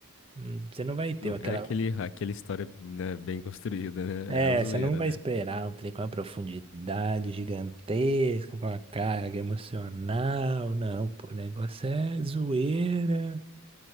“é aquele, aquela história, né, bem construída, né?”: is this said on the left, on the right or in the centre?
Left